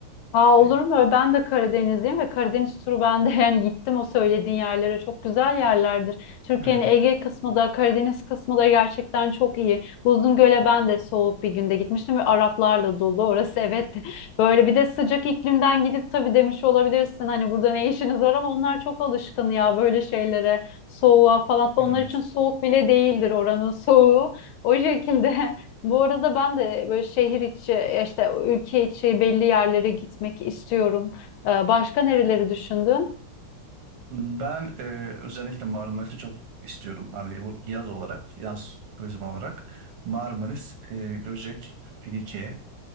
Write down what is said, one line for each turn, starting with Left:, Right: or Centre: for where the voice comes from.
Left: Aa, olur
Right: E,
Left: mu? Ben de Karadenizliyim ve Karadeniz turu ben de <laughs> yani gittim o söylediğin yerlere. Çok güzel yerlerdir. Türkiye'nin
Right: hı hı,
Left: Ege kısmı da Karadeniz kısmı da gerçekten çok iyi. Uzungöl'e ben de soğuk bir günde gitmiştim ve Araplarla dolu orası evet. <laughs> Böyle bir de sıcak iklimden gidip tabii demiş olabilirsin hani burada ne işiniz var ama onlar çok alışkın ya böyle şeylere. Soğuğa falan da
Right: evet.
Left: onlar için soğuk bile değildir oranın soğuğu. O şekilde. <laughs> Bu arada ben de böyle şehir içi, ya işte ülke içi belli yerlere gitmek istiyorum. Ee, Başka nereleri düşündün?
Right: Ben e, özellikle Marmaris'i çok istiyorum. Hani bu yaz olarak, yaz turizmi olarak. Marmaris, e, Göcek, Finike.